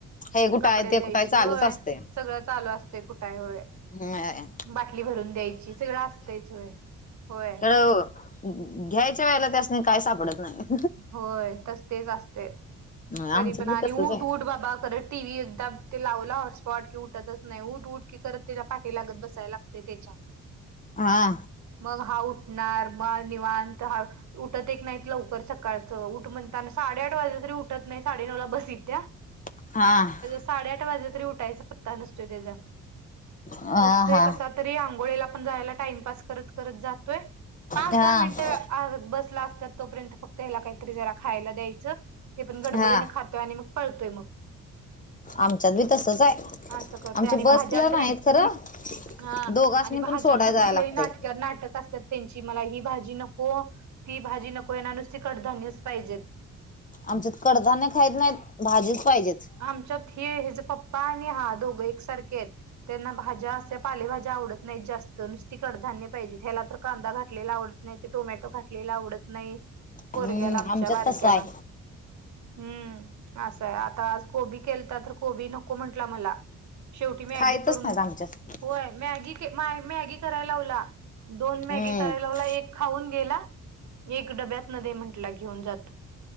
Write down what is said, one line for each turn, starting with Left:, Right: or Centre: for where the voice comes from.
Left: हे कुठं
Right: कपडे
Left: आहे ते
Right: द्यायचे
Left: कुठं आहे चालूच
Right: होय
Left: असतंय.
Right: सगळं चालू असते कुठय होय
Left: होय
Right: बाटली भरून द्यायची सगळं असतंयच होय होय
Left: तर ओ घ्यायच्या वेळेला त्यासनी काही सापडत नाही
Right: होय तसतेच असतेय
Left: आमच्यात
Right: तरी पण
Left: बी
Right: आणि
Left: तसच
Right: ऊट
Left: आहे.
Right: ऊट बाबा खरं टी व्ही तब ते लावलं हॉटस्पॉट कि ऊट उटतच नाही उट उट की करत तिला पाठी लागत बसायला लागते त्याच्या
Left: हा
Right: मग हा उठणार मग निवांता हा उठत एक नाहीत लवकर सकाळचं उठ म्हणता साडे आठ वाजले तरी उठत नाही साडे नऊ ला बसयेत्याआ
Left: हा
Right: साडे आठ वाजला तरी उठायचा पत्ता नसतोय त्याचा
Left: हा
Right: उटतोय
Left: हा
Right: कसा तरी आंघोळीला पण जायला टाईमपास करत करत जातोय पाच
Left: हा
Right: दहा मिनट आग बसला असतात तोपर्यंत फक्त ह्याला काहीतरी जरा खायला द्यायचं ते पण गडबडीने
Left: हा
Right: खात खातोआणि मग पळतोय मग
Left: आमचा बी तसच आहे
Right: असं करतोय
Left: आमची
Right: आणि
Left: बस
Right: भाज्या
Left: पण
Right: तरी
Left: आहेत खरं
Right: हा
Left: दोघासनी
Right: आणि भाज्यांच्या
Left: पण सोडाय जायला
Right: तरी लैई
Left: लागतंय.
Right: नाटक नाटक असतात त्यांची मला ही भाजी नको ती भाजी नको येला नुसती कडधान्यच पाहिजेत
Left: आमचत कडधान्य खायत नाहीत भाजीच पाहिजेत
Right: आमच्यात हे ह्याचे पप्पा आणि हा दोघं एकसारखे आहेत त्यांना भाज्या अस्या पालेभाज्या आवडत नाहीत जास्त नुसती कडधान्य पाहिजे ह्याला तर कांदा घातलेला आवडतो नाही तर टोमॅटो घातलेला आवडत नाही पोरग्याला
Left: हम्म
Right: आमच्या
Left: आमच्यात
Right: बारक्याला
Left: तसं आहे
Right: हम्म असंय आता आज कोबी केलता तर कोबी नको म्हंटला मला शेवटी मॅगी
Left: खायतच
Right: करून
Left: नाहीत आमच्यात
Right: होय. मॅगी मॅगी करायला लावला. दोन
Left: हम्म
Right: मॅगी करायला लावला. एक- खाऊन गेला. एक डब्यातन दे म्हंटला घेऊन जातो.